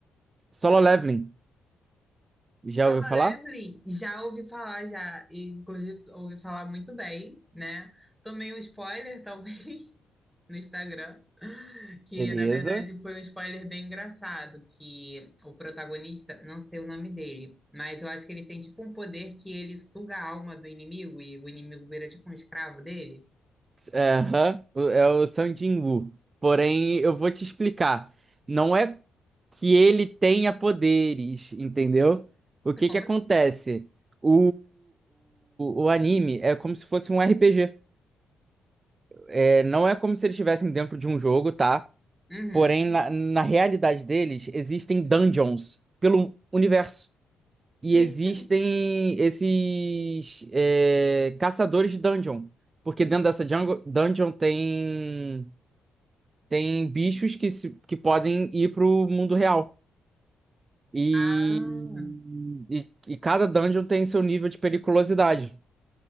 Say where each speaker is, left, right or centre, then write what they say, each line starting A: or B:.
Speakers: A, on the right; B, in the centre.
A: Solo Leveling. Já
B: Solo
A: ouviu falar?
B: Leveling, já ouvi falar, já, e, inclusive ouvi falar muito bem, né? Tomei um spoiler, <laughs> talvez, no Instagram, que
A: Beleza.
B: na verdade foi um spoiler bem engraçado, que o protagonista, não sei o nome dele, mas eu acho que ele tem tipo um poder que ele suga a alma do inimigo e o inimigo vira tipo um escravo dele.
A: É, aham. O- é o Sung Jin-woo. Porém, eu vou te explicar. Não é que ele tenha poderes, entendeu? O que
B: Como
A: que acontece?
B: assim?
A: O, o, o anime é como se fosse um RPG. É, não é como se eles estivessem dentro de um jogo, tá?
B: Uhum.
A: Porém, na, na realidade deles, existem dungeons pelo universo. E
B: Gente,
A: existem esses é, caçadores de dungeon. Porque dentro dessa jungle- dungeon tem, tem bichos que, se- que podem ir pro mundo real. E,
B: ah,
A: e, e cada dungeon tem seu nível de periculosidade.